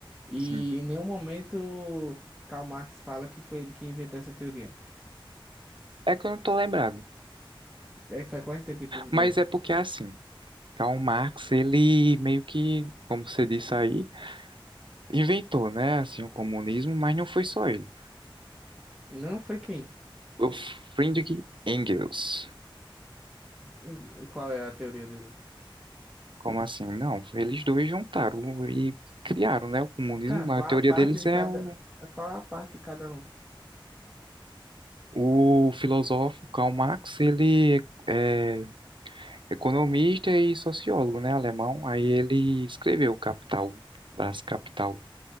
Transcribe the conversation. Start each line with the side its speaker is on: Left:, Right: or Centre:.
Centre: e
Right: Sim.
Centre: em nenhum momento Karl Marx fala que foi ele que inventou essa teoria.
Right: É que eu não tô lembrado.
Centre: É, faz quanto tempo que tu leu?
Right: Mas é porque assim, Karl Marx, ele meio que, como você disse aí, inventou, né, assim, o comunismo, mas não foi só ele.
Centre: Não foi quem?
Right: O Friedrich Engels.
Centre: Hum, Qual é a teoria dele?
Right: Como assim? Não, eles dois juntaram e criaram, né, o comunismo.
Centre: Tá, qual
Right: A teoria
Centre: a parte
Right: deles
Centre: de
Right: é
Centre: cada,
Right: o,
Centre: qual a parte de cada um?
Right: o filósofo Karl Marx, ele é economista e sociólogo, né, alemão. Aí ele escreveu Capital, das Capital,